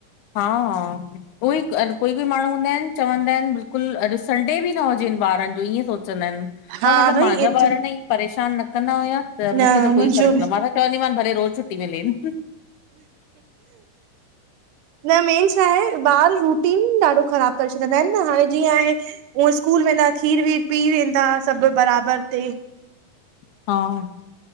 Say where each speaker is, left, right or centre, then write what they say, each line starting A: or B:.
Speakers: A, on the left; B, on the right.
A: हा उहोई कोई कोई माण्हू हूंदा आहिनि चवंदा आहिनि बिल्कुलु अॼु संडे बि न हुजेनि ॿारनि जो ईअं सोचंदा आहिनि
B: हा
A: मा मतिलब
B: भई
A: मुंहिंजा
B: एतिरो
A: बार न ई परेशान न कंदा हुया त
B: न
A: मूंखे त
B: मुंहिंजो
A: कोई फ़र्क़ु
B: बि
A: न, मां त चवंदीमानि भले रोजु छुटी मिलेन।
B: न मेन छाहे त ॿार रुटीन ॾाढो ख़राबु करे छॾंदा आहिनि न, हाणे जीअं आहे उअ स्कूल वेंदा खीर वीर पी वेंदा सभु बराबरि ते
A: हा